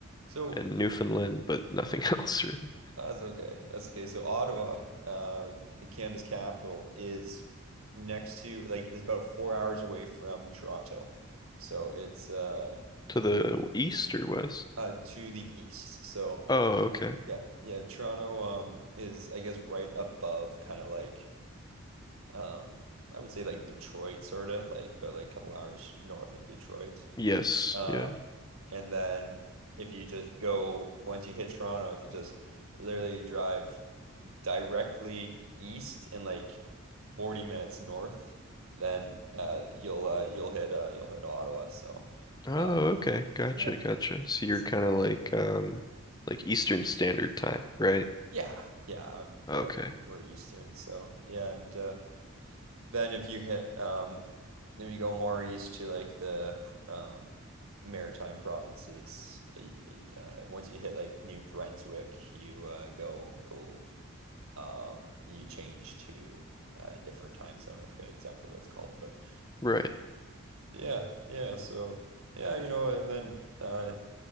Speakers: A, on the right; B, on the left.
A: So.
B: and Newfoundland, but nothing <laughs> else really.
A: That's okay. That's okay. So Ottawa, uh, Canada's capital, is next to like is about four hours away from Toronto. So it's uh,
B: To the east or west?
A: uh to the east. So
B: Oh, okay.
A: yeah, yeah, Toronto um is I guess right above kind of like um I would say like Detroit sort of like about like a couple hours north of Detroit.
B: Yes,
A: Um
B: yeah.
A: and then if you just go once you hit Toronto, if you just literally drive directly east and like 40 minutes north, then uh, you'll uh, you'll hit uh, you'll hit Ottawa. So
B: Oh,
A: uh,
B: okay. Gotcha,
A: yeah,
B: gotcha. So
A: it's-
B: you're kind of like um like Eastern Standard Time, right?
A: yeah, yeah, um, yeah.
B: Okay.
A: We're, we're Eastern, so yeah, and uh, then if you hit um, if you go more east to like the um, Maritime provinces, y- y- uh, once you hit like New Brunswick, you uh, go go um, you change to uh, a different time zone. I forget exactly what it's called, but. uh,
B: Right.
A: Yeah, yeah. So yeah, you know, and then uh